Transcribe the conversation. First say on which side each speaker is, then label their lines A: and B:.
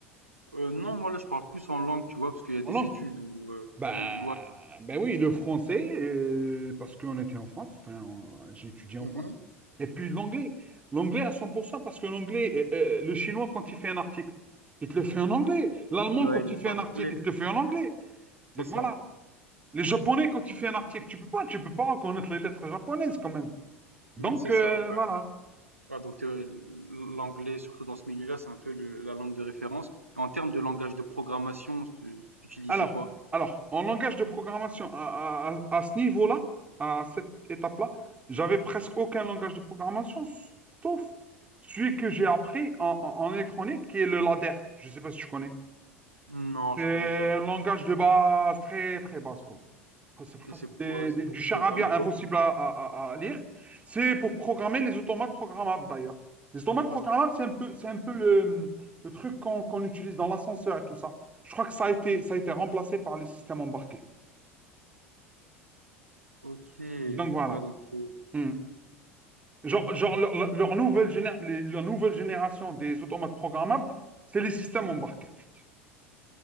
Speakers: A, on the right; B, on the right.
A: Heu, non, moi là, je parle plus en langue, tu vois? Parce qu'il y a
B: en
A: des
B: langue.
A: études où, heu,
B: Ben,
A: i ouais.
B: ben oui, le français, euh, parce qu'on était en France, enfin, on- j'ai étudié en
A: Mmh
B: France.
A: mh.
B: Et puis l'anglais, l'anglais à 100% parce que l'anglais, euh, euh, le chinois quand il fait un article, il te le fait en anglais. L'allemand
A: Ouais,
B: quand
A: il
B: il
A: est
B: fait
A: fait en
B: un article,
A: anglais,
B: il te le fait en anglais.
A: c'est
B: Donc
A: ça.
B: voilà. Les japonais quand il fait un article, tu peux pas, tu peux pas reconnaître les lettres japonaises quand même. Donc
A: Mmh, c'est
B: euh,
A: ça,
B: voilà.
A: ouais. Ouais, donc heu, l'anglais, surtout dans ce milieu-là, c'est un peu le la langue de référence. En termes de langage de programmation, tu tu utilisais
B: Alors,
A: quoi?
B: alors, en langage de programmation, à, à- à- à ce niveau-là, à cette étape-là, j'avais presque aucun langage de programmation, sauf celui que j'ai appris en, en- en électronique, qui est le ladder. Je ne sais pas si tu connais.
A: Non,
B: C'est
A: je connais pas.
B: un langage de base très très basse quoi. Enfin, C'est presque
A: Et c'est pour,
B: des-
A: heu, c'est
B: des-
A: pour
B: du charabia
A: programmer
B: impossible
A: quoi?
B: à, à- à- à lire. C'est pour programmer les automates programmables d'ailleurs. Les automates
A: OK.
B: programmables, c'est un peu, c'est un peu le, le truc qu'on qu'on utilise dans l'ascenseur et tout ça. Je crois que ça a été, ça a été remplacé par les systèmes embarqués.
A: OK,
B: Donc voilà.
A: ouais donc heu,
B: Hmm. Genre, genre leur, leur- leur nouvelle géné- les- leur nouvelle génération des automates programmables, c'est les systèmes embarqués en fait.